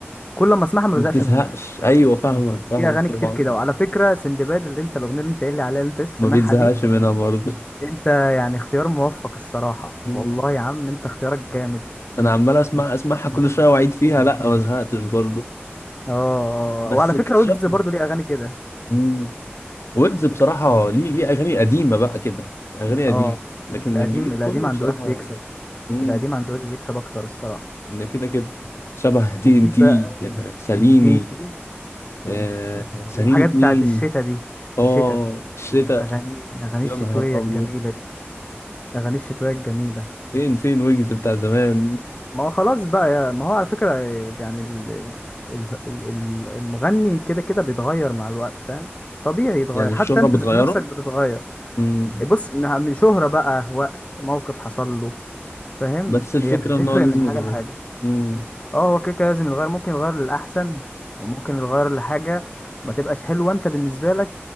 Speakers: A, on the left; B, on the left.
A: كل ما اسمعها ما
B: ما
A: بزهقش
B: بتزهقش
A: منها
B: ايوه فاهمك فاهمك
A: في اغاني
B: طبعا
A: كتير كده وعلى فكره سندباد اللي انت الاغنيه اللي انت قايل لي عليها اللي انت لسه سامعها
B: ما بيتزهقش
A: دي
B: منها برضه
A: انت يعني اختيار موفق الصراحه
B: مم.
A: والله يا عم انت اختيارك جامد
B: انا عمال اسمع اسمعها كل شويه واعيد فيها لا ما زهقتش برضه
A: اه آه.
B: بس
A: آه. وعلى
B: اكتشفت
A: فكره ويجز برضو ليه اغاني كده
B: مم. ويجز بصراحه
A: اكتر.
B: ليه ليه اغاني قديمه بقى كده اغاني قديمه
A: اه
B: لكن
A: القديم
B: الجديد
A: القديم
B: كله
A: عند
B: بصراحه
A: ويجز يكسب
B: مم.
A: القديم عند ويجز يكسب اكتر الصراحه
B: ده كده كده شبه تي
A: وفي
B: ان تي
A: بقى
B: ساليني
A: تي ان تي
B: آه ساليني
A: الحاجات
B: اتنين
A: بتاعت الشتا دي الشتا
B: اه الشتاء
A: اغاني اغاني
B: يا
A: الشتويه
B: نهار
A: الجميله
B: ابيض
A: دي اغاني الشتويه الجميله
B: فين فين ويجز بتاع زمان
A: ما هو خلاص بقى يا- ما هو على فكرة يعني ال... ال... ال... ال- المغني كده كده بيتغير مع الوقت فاهم طبيعي يتغير
B: يعني
A: حتى
B: الشهرة
A: انت
B: بتغيره
A: ذات نفسك بتتغير
B: مم.
A: إيه، بص م- شهرة بقى وقت موقف حصل له فاهم
B: بس الفكرة
A: هي بتفرق
B: ان هو لازم
A: من حاجة
B: يتغير
A: لحاجة
B: مم.
A: اه هو كده كده لازم يتغير ممكن يتغير للأحسن وممكن يتغير لحاجة ما تبقاش حلوة انت بالنسبة لك